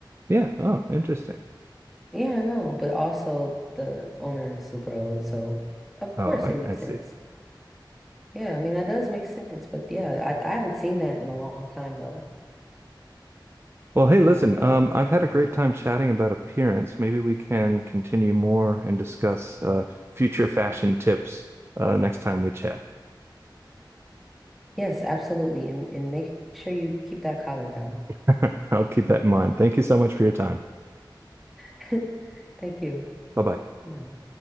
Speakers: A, on the right; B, in the centre.
A: Yeah. Oh, interesting.
B: Yeah, I know. But also the owner is super old, so of
A: Oh,
B: course
A: I,
B: it makes
A: I see.
B: sense. Yeah, I mean that does make sense. But yeah, I, I haven't seen that in a long time though.
A: Well, hey,
B: You
A: listen,
B: know, the
A: um, I've
B: taking
A: had
B: your
A: a great
B: hats off.
A: time chatting about appearance. Maybe we can continue more and discuss uh, future fashion tips uh, next time we chat.
B: Yes, absolutely. And and make sure you keep that collar down.
A: <laughs> I'll keep that in mind. Thank you so much for your time.
B: <laughs> Thank you.
A: Bye bye.
B: Bye.